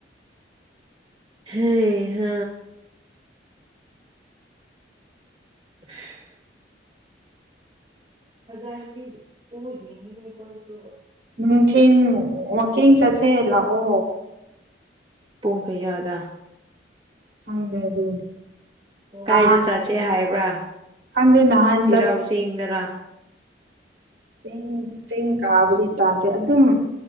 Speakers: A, on the right; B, on the right.
A: ꯍꯦ ꯍꯥ <unintelligible> <unintelligible>
B: ꯅꯨꯡꯊꯤꯟ ꯋꯥꯀꯤꯡ ꯆꯠ ꯁꯦ ꯂꯥꯑꯣ
A: ꯄꯨꯡ ꯀꯩꯌꯥꯗꯥ
B: ꯈꯪꯗꯦ ꯑꯗꯨꯗꯤ ꯅꯍꯥꯟ
A: ꯀꯥꯏꯗ ꯆꯥꯁꯦ ꯍꯥꯏꯕ꯭ꯔꯥ
B: ꯈꯪꯗꯦ ꯅꯍꯥꯟ
A: ꯆꯤꯔꯥꯎꯆꯤꯡꯗꯔꯥ
B: ꯆꯦꯡ ꯆꯦꯡ ꯀꯥꯕꯗꯤ ꯇꯥꯗꯦ ꯑꯗꯨꯝ